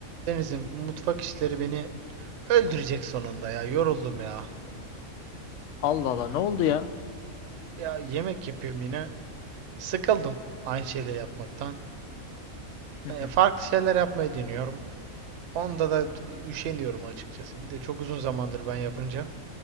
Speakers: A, on the right; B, on the left.
A: Deniz'im bu mutfak işleri beni öldürecek sonunda ya. Yoruldum ya.
B: Allah Allah ne oldu ya?
A: Ya yemek yapıyorum yine. Sıkıldım aynı şeyleri yapmaktan.
B: Hı
A: E,
B: hı,
A: farklı şeyler yapmayı deniyorum. Onda da üşeniyorum açıkçası. Bir de çok uzun zamandır ben yapınca.